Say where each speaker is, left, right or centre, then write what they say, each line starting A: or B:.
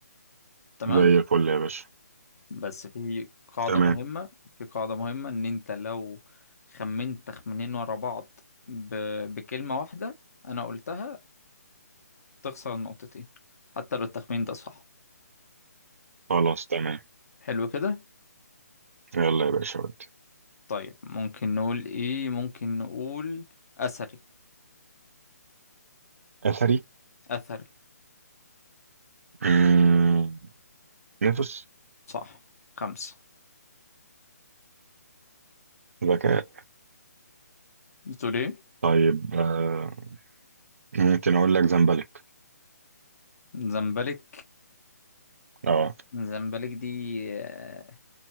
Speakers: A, on the left; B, on the right.
A: تمام
B: زي الفل يا باشا
A: بس في قاعدة
B: تمام
A: مهمة في قاعدة مهمة ان انت لو خمنت تخمينين ورا بعض ب... بكلمة واحدة انا قلتها تخسر النقطتين حتى لو التخمين ده صح
B: خلاص تمام
A: حلو كده
B: يلا يا باشا ودي
A: طيب ممكن نقول ايه ممكن نقول اثري
B: أثري
A: اثري
B: مم، نفس
A: صح خمسة
B: ذكاء
A: بتقول ايه
B: طيب آه ممكن أقول لك زمبلك
A: زمبلك
B: اه
A: زمبلك دي آه،